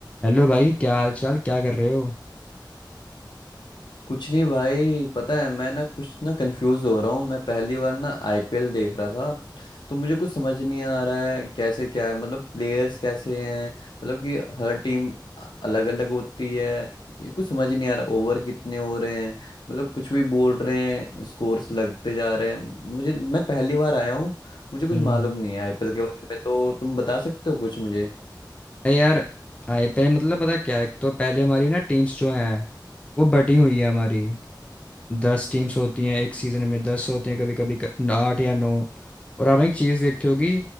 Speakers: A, on the left; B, on the left.
A: Hello भाई क्या हाल चाल क्या कर रहे हो
B: कुछ नहीं भाई पता है मैं ना कुछ ना कंफ्यूज हो रहा हूँ मैं पहली बार ना आईपीएल देख रहा था तो मुझे कुछ समझ नहीं आ रहा है कैसे क्या है मतलब प्लेयर्स कैसे हैं मतलब कि हर टीम अलग अलग होती है ये कुछ समझ नहीं आ रहा ओवर कितने हो रहे हैं मतलब कुछ भी बोल रहे हैं स्कोर्स लगते जा रहे हैं मुझे मैं पहली बार आया हूँ मुझे कुछ
A: हम्म
B: मालूम नहीं है आईपीएल के बारे में तो तुम बता सकते हो कुछ मुझे
A: अरे यार आईपीएल मतलब पता क्या एक तो पहले हमारी ना टीम्स जो हैं वो बटी हुई है हमारी दस टीम्स होती हैं एक सीज़न में दस होते हैं कभी कभी आठ या नौ और आपने एक चीज़ देखी होगी